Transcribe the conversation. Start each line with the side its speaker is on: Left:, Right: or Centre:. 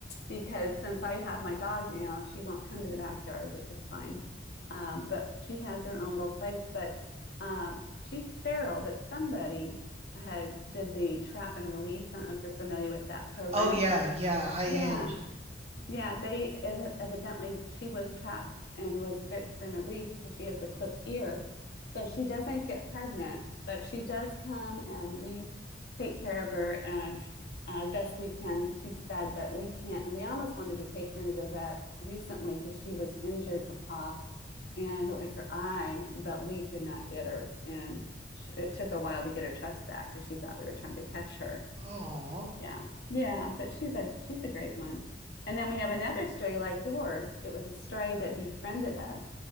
Left: because since I have my dog now, she won't come to the backyard, which is fine. Um, but she has her own little place. But um, she's feral, but somebody has did the trap and release. I don't know if you're familiar with that program.
Right: oh yeah yeah i
Left: Yeah,
Right: am
Left: yeah, they ev- evidently she was trapped and was fixed and released because she has a clipped ear. So she doesn't get pregnant, but she does come and we take care of her and uh, best we can. She's fed, but we can't. We almost wanted to take her into the vet recently because she was injured her paw and like her eye, but we could not get her. And sh- it took a while to get her trust back because she thought we were trying to catch her.
Right: oh
Left: Yeah. Yeah, but she's a she's a great one. And then we have another stray like yours. It was a stray that befriended us.